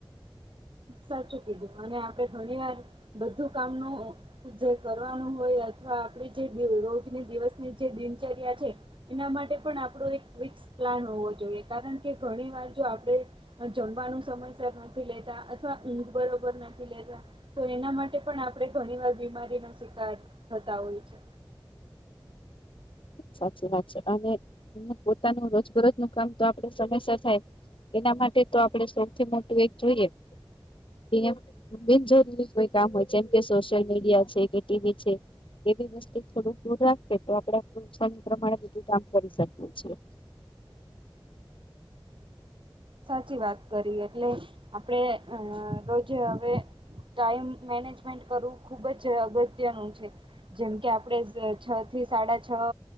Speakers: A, on the right; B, on the left.
A: સાચું કીધું. અને આપણે ઘણી વાર બધું કામનું જે કરવાનું હોય અથવા આપણી જે દિ રોજની દિવસની જે દિનચર્યા છે એના માટે પણ આપણો એક ફિક્સ પ્લાન હોવો જોઈએ. કારણ કે, ઘણી વાર જો આપણે અહ જમવાનું સમયસર નથી લેતા અથવા ઊંઘ બરોબર નથી લેતા. તો એના માટે પણ આપણે ઘણી બીમારીનો શિકાર થતા હોય છે.
B: સાચી વાત છે અને પોતાનું રોજબરોજ નું કામ તો આપડે સમયસર થાય એના માટે તો આપણે સૌથી મોટું એક જોઈએ એમ મિન જોરી <unintelligible> કામ હોય જેમ કે સોશિયલ મીડિયા છે કે ટીવી છે એ બી વસ્તુથી થોડુંક દૂર રાખે તો આપણે આપણુ સમય પ્રમાણે બધું કામ કરી શકીએ છીએ.
A: સાચી વાત કરી એટલે આપણેે રોજે હવે ટાઈમ મેનેજમેન્ટ કરવું ખુબ જ અગત્યનું છે. જેમ કે આપણેે છ થી સાડા છ